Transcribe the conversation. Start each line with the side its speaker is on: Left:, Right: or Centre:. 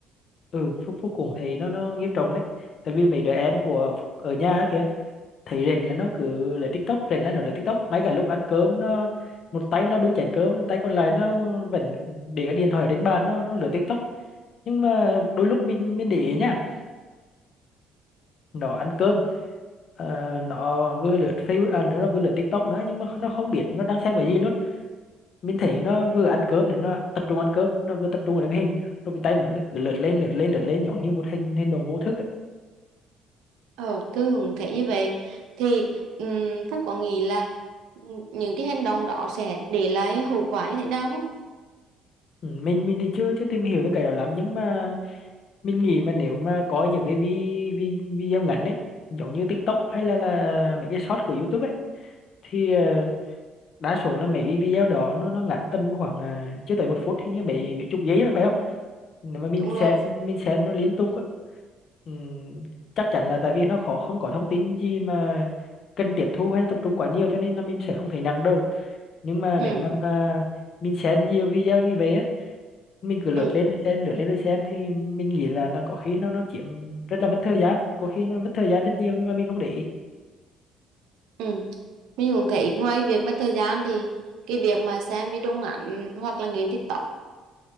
Left: ừ phúc phúc cùng thì nó nó nghiêm trọng đấy tại vì mấy đứa em của Phúc ở nhà á kìa thấy rình là nó cứ lấy TikTok rình là nó lấy TikTok ngay cả lúc ăn cơm nó một tay nó bưng chén cơm tay còn lại nó vẫn để cái điện thoại ở trên bàn nó nó lướt TikTok nhưng mà đôi lúc mình mình để ý nha nó ăn cơm ờ, nó vừa lướt Facebook à, nó vừa lướt TikTok nữa nhưng mà nó không biết nó đang xem cái gì luôn mình thấy nó vừa ăn cơm thì nó tập trung ăn cơm nó vừa tập trung vào cái máy hình rồi cái tay nó cứ lướt lên lướt lên lướt lên giống như một hình hình đồng vô thức ấy.
Right: Ờ, thường thấy như vậy thì ừm, Phúc có nghĩ là ừm, những cái hành động đó sẽ để lại hậu quả như thế nào không?
Left: Ừ, mình mình thì chưa chưa tìm hiểu về cái đó lắm nhưng mà mình nghĩ mà nếu mà có những cái vi, vi, video ngắn ấy giống như TikTok hay là là mấy cái short của YouTube ấy thì ờ, đa số là mấy cái video đó nó nó ngắn tầm khoảng ờ, chưa tới một phút hình như mấy mấy chục giây rồi phải không nếu mà mình
Right: Đúng rồi.
Left: xem mình xem nó liên tục á, ừm, chắc chắn là tại vì nó khó không có thông tin gì mà cần tiếp thu hay là tập trung quá nhiều cho nên là mình sẽ không thấy nặng đâu nhưng mà
Right: Ừ,
Left: nếu mà, mà mình xem nhiều video như vậy á mình cứ lướt
Right: ừ,
Left: lên rồi xem lướt lên rồi xem thì mình nghĩ là nó có khi nó nó chiếm rất là mất thời gian có khi nó mất thời gian rất nhiều nhưng mà mình không để ý
Right: ừ. Mình cũng thấy ngoài việc mất thời gian thì cái việc mà xem video ngắn hoặc là nghiền TikTok